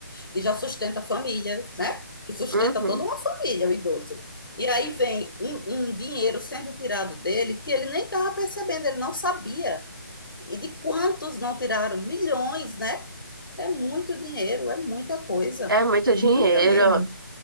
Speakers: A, on the left (about 80°); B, on the right (about 85°).
A: e já sustenta a família, né? Que sustenta
B: Uhum.
A: toda uma família, o idoso. E aí vem um, um dinheiro sendo tirado dele que ele nem estava percebendo, ele não sabia. E de quantos não tiraram? Milhões, né? É muito dinheiro, é muita coisa.
B: É muito
A: Muita
B: dinheiro,
A: mesmo.